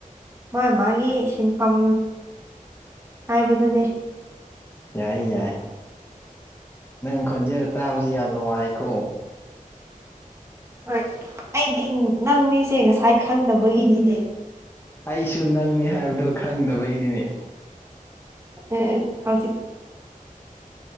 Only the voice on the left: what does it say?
ꯌꯥꯏ ꯌꯥꯏ ꯅꯪ ꯈꯣꯟꯖꯦꯜ ꯇꯥꯕꯁꯤ ꯌꯥꯝ ꯅꯨꯡꯉꯥꯏꯀꯣ
ꯑꯩꯁꯨ ꯅꯪꯅꯤ ꯍꯥꯏꯕꯗꯨꯣ ꯈꯪꯗꯕꯒꯤꯅꯤꯅꯦ